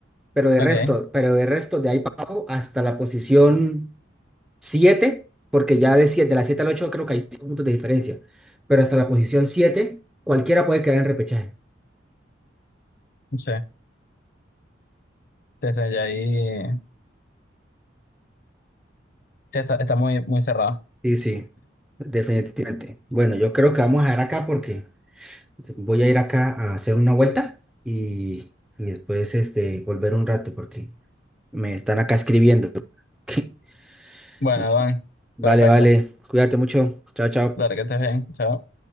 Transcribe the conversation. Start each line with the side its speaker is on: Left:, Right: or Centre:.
Centre: pero de
Left: Ok,
Centre: resto, pero de resto, de ahí para abajo hasta la posición 7 porque ya de, siete- de la 7 al 8 creo que hay 5 puntos de diferencia, pero hasta la posición siete cualquiera puede quedar en repechaje.
Left: sí, sí, sí, ya ahí sí, está, está muy, muy cerrado.
Centre: Sí, sí, definitivamente. Bueno, yo creo que vamos a dejar acá porque voy a ir acá a hacer una vuelta y, y después este, volver un rato porque me están acá escribiendo. <laughs>
Left: Bueno,
Centre: Me-
Left: Iván, perfecto.
Centre: Vale, vale, cuídate mucho. Chao, chao.
Left: Claro que estés bien, chao.